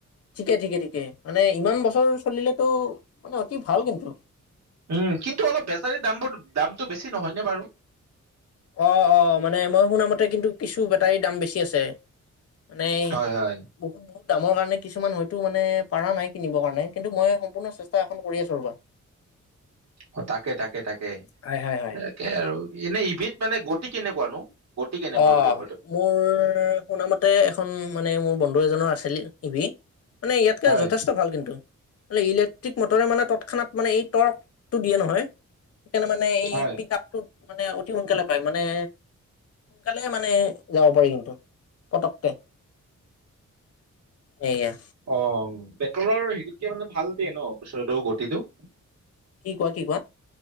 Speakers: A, on the left; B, on the right.
A: ঠিকে ঠিকে ঠিকে মানে ইমান বছৰ চলিলেতো মানে অতি ভাল কিন্তু।
B: উম, কিন্তু অলপ বেটাৰীৰ দামবোৰ দামটো বেছি নহয়নে বাৰু?
A: অঁ অঁ, মানে মই শুন মতে কিন্তু কিছু বেটাৰীৰ দাম বেছি আছে। মানে
B: হয় হয়
A: বহুত বুত দামৰ কাৰণে কিছুমান হয়তো মানে পাৰা নাই কিনিবৰ কাৰণে। কিন্তু মই সম্পূৰ্ণ চেষ্টা এখন কৰি আছো ৰবা।
B: অ তাকে তাকে তাকে
A: হয় হয় হয়
B: তাকেই আৰু এনেই ইভিত মানে গতি কেনেকুৱানো? গতি কেনেকুৱা
A: অঁ,
B: বুলি ভাবা তুমি
A: মোৰ শুনামতে এখন মানে মোৰ বন্ধু এজনৰ আছিল ইভিত। মানে ইয়াতকে
B: হয়
A: যথেষ্ট ভাল কিন্তু। মানে ইলেক্ট্ৰিক মটৰে মানে তৎক্ষণাত মানে এই টৰ্কটো দিয়ে নহয়। সেইকাৰণে মানে এই
B: হয়
A: পিক আপ টোত মানে অতি সোনকালে পায় মানে, সোনকালে মানে যাব পাৰি কিন্তু পটককে। সেইয়া।
B: অঁ পেট্ৰলৰ ইভিতকে মানে ভাল দেই ন ইস্পিদৰ গতিটো।
A: কি কোৱা কি কোৱা?